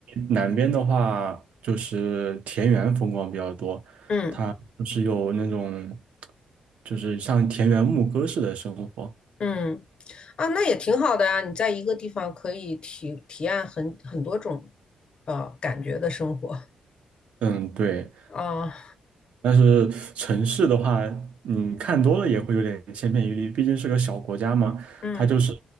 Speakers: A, on the right (about 70°); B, on the left (about 40°).
A: 南边的话就是田园风光比较多。
B: 嗯。
A: 就是有那种，就是像田园牧歌式的生活。
B: 嗯，啊，那也挺好的呀，你在一个地方可以体体验很很多种呃感觉的生活
A: 嗯，对。
B: 啊，
A: 但是城市的话，你看多了也会有点千篇一律，毕竟是个小国家嘛。
B: <laughs> 嗯
A: 它就是